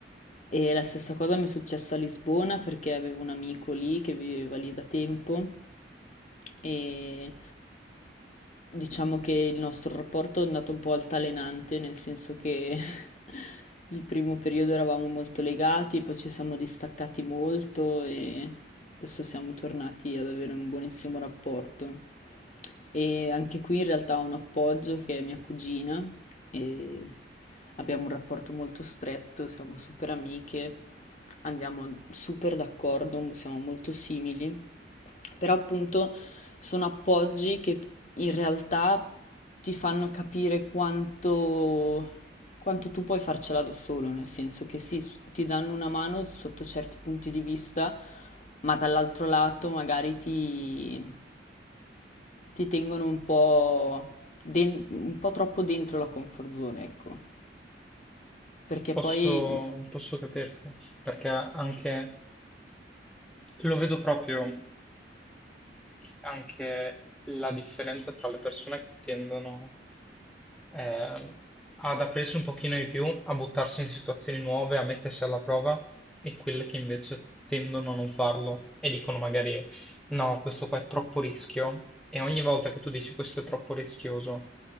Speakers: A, on the left; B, in the centre.
A: E la stessa cosa mi è successa a Lisbona perché avevo un amico lì che viveva lì da tempo e diciamo che il nostro rapporto è andato un po' altalenante, nel senso che <laughs> il primo periodo eravamo molto legati, poi ci siamo distaccati molto e adesso siamo tornati ad avere un buonissimo rapporto. E anche qui in realtà ho un appoggio che è mia cugina e abbiamo un rapporto molto stretto, siamo super amiche, andiamo super d'accordo, siamo molto simili, però appunto sono appoggi che in realtà ti fanno capire quanto, quanto tu puoi farcela da solo, nel senso che sì, s- ti danno una mano sotto certi punti di vista, ma dall'altro lato magari ti, ti tengono un po', den- un po' troppo dentro la comfort zone, ecco, perché
B: Posso,
A: poi...
B: posso capirti, perché anche Lo vedo proprio, mm, anche la differenza tra le persone che tendono ehm, ad aprirsi un pochino di più, a buttarsi in situazioni nuove, a mettersi alla prova, e quelle che invece tendono a non farlo e dicono magari no, questo qua è troppo rischio. E ogni volta che tu dici questo è troppo rischioso,